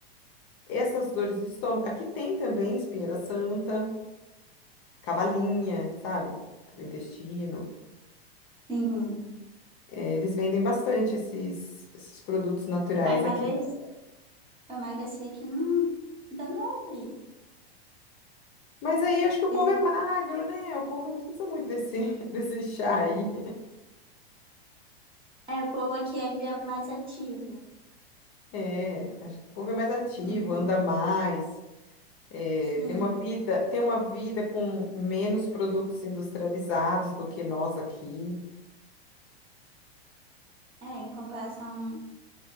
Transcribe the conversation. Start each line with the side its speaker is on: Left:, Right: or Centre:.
Left: essas dores de estômago. Aqui tem também espinheira santa, cavalinha, sabe? Para o intestino.
Right: Sim.
Left: É, eles vendem bastante esses, esses produtos naturais
Right: Para emagrecer,
Left: aqui.
Right: para emagrecer aqui não, ainda não ouvi.
Left: Mas aí acho que o povo
Right: Esse-
Left: é magro, né? O povo não precisa muito desse, <laughs> desse chá aí.
Right: é, o povo aqui é, ele é mais ativo.
Left: É, acho que o povo é mais ativo,
Right: Hum,
Left: anda mais, é,
Right: Sim.
Left: tem uma vida, tem uma vida com menos produtos industrializados do que nós aqui.
Right: É, em comparação